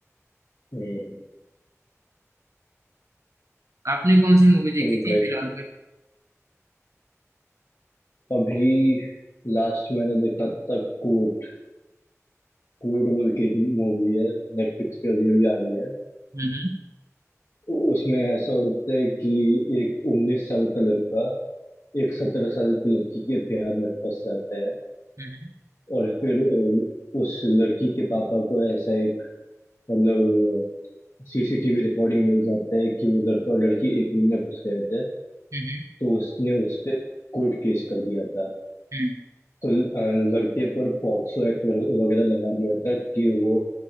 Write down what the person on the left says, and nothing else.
हम्म
तो
राइट
अभी लास्ट मैंने देखा था कोर्ट कोर्ट बोल के एक मूवी है नेटफ्लिक्स पे अभी अभी आई है
उ- उसमें ऐसा होता है कि एक उन्नीस साल का लड़का एक सत्रह साल की लड़की के प्यार में फंस जाता है
और फिर अ, उस लड़की के पापा को ऐसा एक मतलब सीसीटीवी रिकॉर्डिंग मिल जाता है कि वो लड़का और लड़की एक रूम में घुस गए थे
तो उसने उस पे कोर्ट केस कर दिया था
तो ल- अ, लड़के पर पॉक्सो एक्ट वगैरह लगा दिया था कि वो